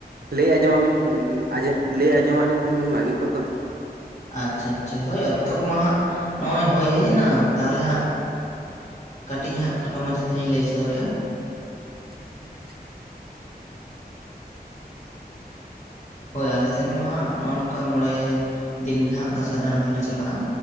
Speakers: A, on the right; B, on the left.
A: ᱞᱟᱹᱭ ᱟᱡᱚᱢᱟ ᱵᱤᱱ, ᱞᱟᱹᱭ ᱟᱸᱡᱚᱢᱟ ᱞᱤᱧ ᱠᱷᱟᱱ ᱵᱤᱱ ᱵᱷᱟᱹᱜᱤ ᱠᱚᱜ ᱫᱚ
B: ᱟᱪᱪᱷᱟ ᱟᱪᱪᱷᱟ ᱦᱳᱭ ᱚᱠᱛᱚ ᱠᱚ ᱢᱟ ᱦᱟᱸᱜ ᱱᱚᱜᱼᱚᱭ ᱦᱩᱭ ᱦᱮᱡ ᱮᱱᱟ ᱛᱟᱦᱚᱞᱮ ᱦᱟᱸᱜ ᱠᱟᱹᱴᱤᱡ ᱦᱟᱸᱜ ᱠᱷᱟᱴᱚ ᱢᱟᱪᱷᱟ ᱛᱮᱞᱤᱧ ᱞᱟᱹᱭ ᱥᱚᱫᱚᱨᱮᱜᱼᱟ
A: <inaudible>
B: ᱦᱳᱭ ᱟᱞᱮ ᱥᱮᱱ ᱢᱟ ᱦᱟᱸᱜ ᱱᱚᱜᱼᱚ ᱱᱚᱝᱠᱟ ᱢᱚᱬᱮ ᱫᱤᱱ ᱜᱮ ᱦᱟᱸᱜ ᱫᱟᱸᱥᱟᱭ ᱫᱟᱲᱟᱱ ᱫᱚᱞᱮ ᱪᱟᱞᱟᱜᱼᱟ